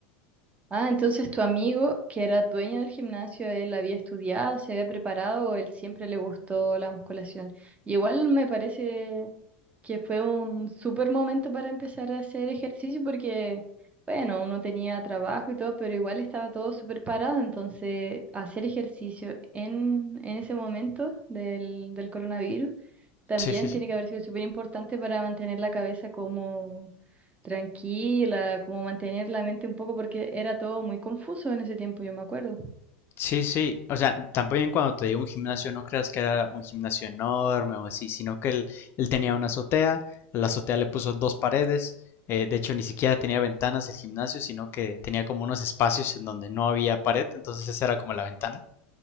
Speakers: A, on the right; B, on the left.
A: Ah, entonces tu amigo que era dueño del gimnasio, él había estudiado, se había preparado o él siempre le gustó la musculación. Y igual me parece que fue un súper momento para empezar a hacer ejercicio porque, bueno, uno tenía trabajo y todo, pero igual estaba todo súper parado, entonces hacer ejercicio en, en ese momento del, del coronavirus también
B: Sí, sí, sí.
A: tiene que haber sido súper importante para mantener la cabeza como tranquila, como mantener la mente un poco porque era todo muy confuso en ese tiempo, yo me acuerdo.
B: Sí, sí. O sea, tampoco cuando te digo un gimnasio no creas que era un gimnasio enorme o así, sino que él, él tenía una azotea, la azotea le puso dos paredes. Eh, de hecho, ni siquiera tenía ventanas el gimnasio, sino que tenía como unos espacios en donde no había pared, entonces esa era como la ventana.